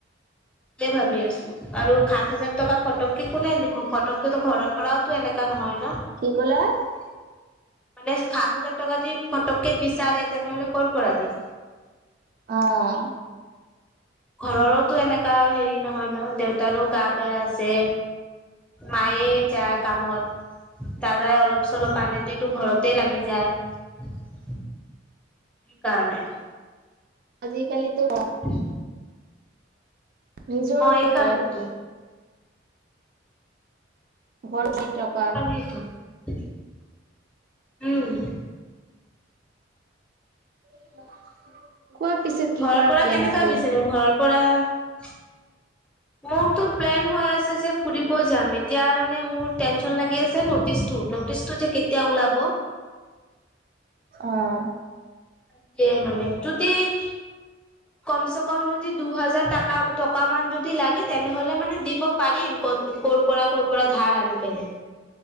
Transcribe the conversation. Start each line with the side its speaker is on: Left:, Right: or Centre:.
Centre: ভাবি আছো, আৰু সাত হাজাৰ টকা ফটক- একো নাই দেখোন, ফটককেতো ঘৰৰ পৰাওটো এনেকা নহয় ন।
Right: কি ক'লা?
Centre: মানে সাত হাজাৰ টকা যদি ফটকে বিচাৰে তেনেহ'লে কৰ পৰা দিম।
Right: অঁহ।
Centre: ঘৰৰৰো এনেকা হেৰি নহয় ন' দেউতাৰো গা বেয়া আছে। মায়ে যায় কামত, দাদাই অলপ-চলপ আনে। প্ৰতিটো ঘৰতে লাগি যায় সেইকাৰণে।
Right: আজিকালিটো-
Centre: উম।
Right: নিজৰ ওপকাৰ।
Centre: এই কাৰণেতো
Right: ভৰ যি টকা।
Centre: উমঁ।
Right: <unintelligible> কোৱা পিছে? কি
Centre: ঘৰৰ
Right: কৰা
Centre: পৰা
Right: প্লেন
Centre: কেনেকা
Right: আছে?
Centre: বিচাৰিম, ঘৰৰ পৰা- মোৰটো প্লেন হৈ আছে যে ফুৰিব যাম এতিয়া মোৰ টেনচন লাগি আছে ন। নটিছটো যে কেতিয়া ওলাব।
Right: অহ।
Centre: এতিয়া মানে যদি- কমচ-চকম যদি দুটকা মান যদি হ'লে তেনেহ'লে মানে দিব- পাৰিম। কৰ পৰা, কৰ পৰা, ধাৰ আনি কেনে।